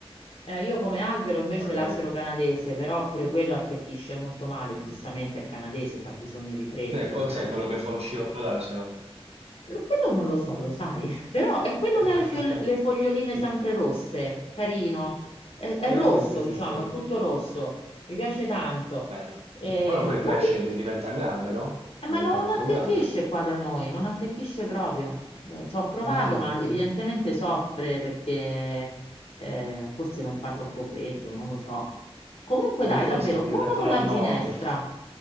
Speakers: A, on the left; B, on the right.
A: Eh, io come albero invece
B: magari.
A: l'acero canadese, però pure quello attecchisce molto male, giustamente è canadese, c'ha bisogno di freddo.
B: Sì, qual-
A: Dice,
B: sai quello
A: ma
B: che fa lo sciroppo d'acero?
A: lo- quello non lo so, lo sai, <laughs> però è quello
B: <laughs>
A: che ha le, fiol- le foglioline sempre rosse, carino. È, è
B: Sì,
A: rosso,
B: sì, sì, sì,
A: diciamo,
B: sì.
A: è tutto rosso, mi piace tanto.
B: Bello.
A: Eh,
B: Quello poi
A: probabil-
B: cresce e di- diventa grande, no?
A: eh,
B: Diventa
A: ma non
B: molto
A: attecchisce
B: grande.
A: qua da noi, non attecchisce proprio. Eh, Ci ho provato,
B: Ah,
A: ma
B: non
A: evidentemente
B: prende.
A: soffre perché eh, forse non fa troppo freddo, non lo so. Comunque
B: Eh,
A: dai,
B: forse
A: davvero,
B: devi
A: prova
B: metterlo
A: con la
B: al nord.
A: ginestra.